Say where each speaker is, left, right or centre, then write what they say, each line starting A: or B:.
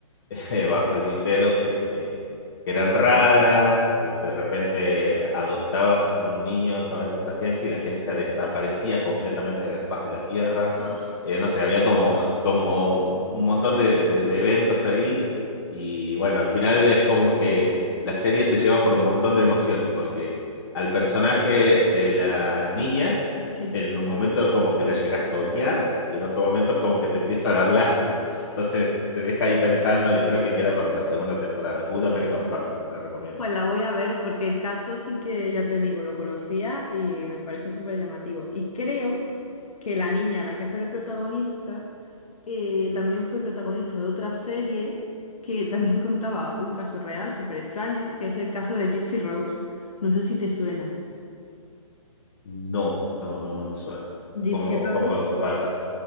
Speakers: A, on the left; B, on the left.
A: <laughs> bajo el tintero que, que- que eran raras, eh, de repente adoptabas un niño a través de esa agencia y la agencia desaparecía completamente de la faz de la Tierra.
B: Ah,
A: Eh, no sé, había como, <laughs> como un montón de, de- de eventos ahí y bueno, al final es como que la serie te lleva por un montón de emociones porque al personaje de la niña
B: <laughs> Sí.
A: en un momento como que la llegas a odiar y en otro momento es como que te empieza a dar lástima. Entonces te deja ahí pensando y creo que queda para una segunda temporada. Good American Family, te la recomiendo.
B: Pues la voy a ver porque el caso sí que, ya te digo, lo conocía y me parece súper llamativo. Y creo que la niña, la que hace de protagonista, eh, también fue protagonista de otra serie que también <laughs> contaba un caso real súper extraño, que es el caso de Gypsy Rose. No sé si te suena.
A: No, no, no, no me suena.
B: Gypsy
A: ¿Cómo,
B: Rose
A: cómo va el caso?